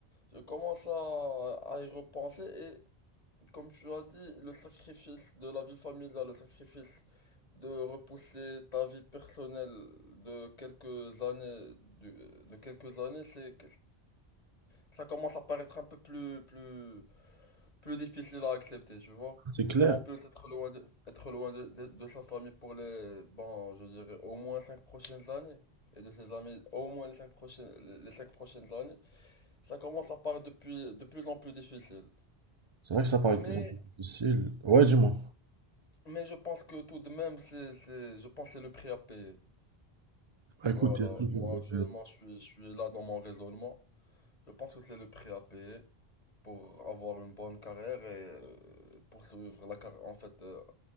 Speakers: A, on the left (about 40°); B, on the right (about 35°).
A: Je commence à, à y repenser et comme tu as dit, le sacrifice de la vie familiale, le sacrifice de repousser ta vie personnelle de quelques années, de, de quelques années, c'est, ça commence à paraître un peu plus, plus, plus difficile à accepter, tu vois.
B: C'est clair.
A: Et en plus, être loin de, être loin de, de- de sa famille pour les, bon, je dirais au moins cinq prochaines années, et de ses amis au moins les cinq prochaines, les les cinq prochaines années, ça commence à paraître de plus, de plus en plus difficile.
B: C'est vrai que ça paraît
A: Mais,
B: de plus en plus difficile. Ouais, dis-moi.
A: mais je pense que tout de même, c'est, c'est, je pense que c'est le prix à payer.
B: Bah,
A: Voilà,
B: Écoute, il y a toujours,
A: moi actuellement, je suis, je suis là dans mon raisonnement. Je pense que c'est le prix à payer pour avoir une bonne carrière et euh, poursuivre la carrière, en fait, euh,